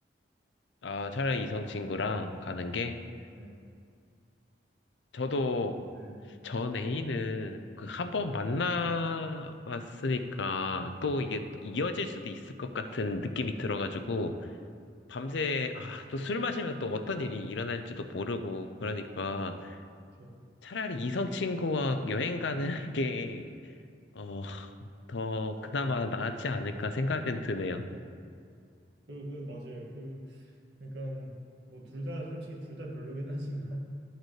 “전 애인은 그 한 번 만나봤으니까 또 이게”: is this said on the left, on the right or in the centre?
Left